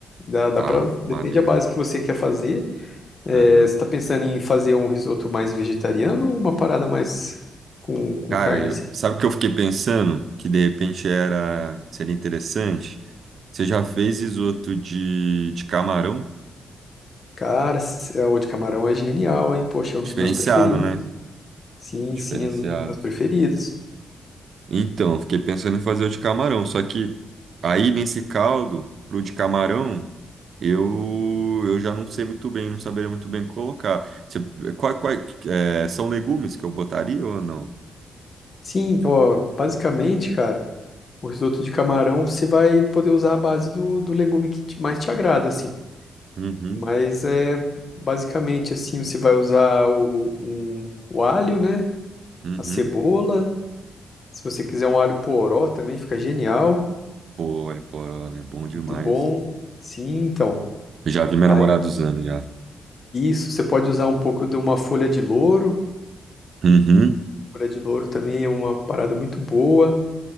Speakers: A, on the left; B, on the right.
A: Dá, dá
B: Tá,
A: pra, depende
B: maneiro.
A: da base que você quer fazer. É,
B: Uhum.
A: você está pensando em fazer um risoto mais vegetariano ou uma parada mais com, com
B: Cara,
A: carne,
B: eu-
A: assim?
B: sabe o que eu fiquei pensando? Que de repente era, seria interessante. Você já fez risoto de, de camarão?
A: Cara, se- é, o de camarão é genial, hein? Poxa, é um
B: Diferenciado,
A: dos meus preferidos.
B: né?
A: Sim,
B: Diferenciado.
A: sim, é um dos meus preferidos.
B: Então, fiquei pensando em fazer o de camarão, só que aí nesse caldo, pro de camarão, eu, eu já não sei muito bem, não saberia muito bem colocar. Você, qual, qual, é, são legumes que eu botaria ou não?
A: Sim, ó, basicamente, cara, o risoto de camarão você vai poder usar a base do, do legume que te- mais te agrada, assim.
B: Uhum,
A: Mas é basicamente assim, você vai usar o, um- o alho, né?
B: uhum.
A: A cebola. Se você quiser um alho poró também fica genial,
B: Pô, olha, poró, né? Bom demais.
A: muito bom. Sim, então.
B: Eu já vi minha
A: Aí
B: namorada usando já.
A: isso, você pode usar um pouco de uma folha de louro.
B: Uhum,
A: Folha de louro também é uma parada muito boa.